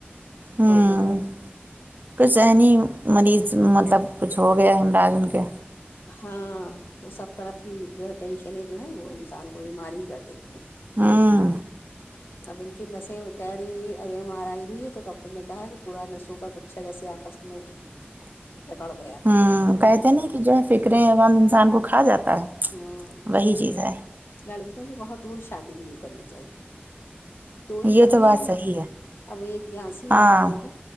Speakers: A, on the right; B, on the left.
A: ہوں
B: تو جو ہے
A: کچھ ذہنی
B: اب
A: مریض مطلب کچھ ہو گیا ہے ہمراج ان کے
B: ہاں وہ سب طرف کی جو ہے ٹینشنیں جو ہیں وہ انسان کو بیمار ہی کر دیتی ہیں
A: ہاں
B: اب ان کی نسیں کہہ رہی ہوئی اب ایم آر آئی ہوئی ہے تو ڈاکٹر نے کہا کہ پورا نسوں کا گچھا جیسے آپس میں
A: <inaudible>
B: جکڑھ گیا ہے
A: ہوں کہتے ہیں نہ کہ جو ہے فکریں اور غم انسان کو کھا جاتا ہے
B: ہوں
A: وہی چیز ہے
B: لڑکیوں کی بہت دور شادی بھی نہیں کرنی چاہیے اب دو ہی
A: یہ
B: بہنیں
A: تو بات
B: ہیں
A: صحیح ہے
B: اب ایک جھانسی
A: ہاں
B: ایک بریلی